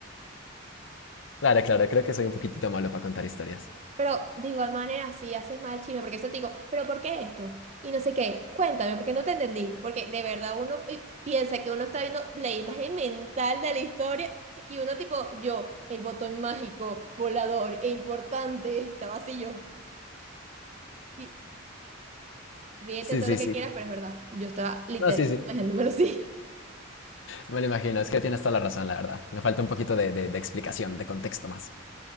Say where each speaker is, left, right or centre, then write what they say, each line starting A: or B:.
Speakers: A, on the left (about 65°); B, on the right (about 35°).
A: Claro, claro, creo que soy un poquitito malo para contar historias.
B: Pero de igual manera, si haces mal chisme, porque eso te digo, pero ¿por qué esto? Y no sé qué, cuéntame, porque no te entendí, porque de verdad uno eh, piensa que uno está viendo la imagen mental de la historia y uno tipo, yo, el botón mágico, volador e importante, estaba así yo. Y ríete
A: Sí,
B: todo
A: sí,
B: lo que
A: sí.
B: quieras, pero es verdad, yo estaba literalmente
A: No, sí, sí.
B: imaginándomelo así,
A: Me lo imagino, es que tienes toda la razón, la verdad. Me falta un poquito de, de- de explicación, de contexto más.